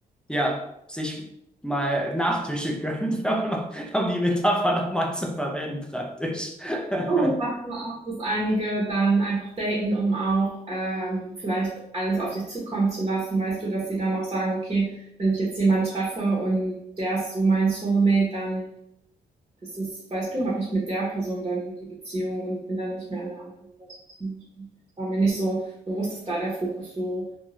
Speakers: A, in the centre; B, on the right.
A: ja, sich mal Nachtische gönnt, <laughs> um die Metapher nochmal zu verwenden, praktisch. <laughs>
B: Oh, ich dachte auch, dass einige dann einfach daten, um auch ähm, vielleicht alles auf sich zukommen zu lassen. Weißt du, dass sie dann auch sagen, okay, wenn ich jetzt jemanden treffe und der ist so mein Soulmate, dann ist es, weißt du, habe ich mit der Person dann die Beziehung und bin dann nicht mehr in der anderen oder so zum Beispiel. war mir nicht so bewusst, dass da der Fokus so,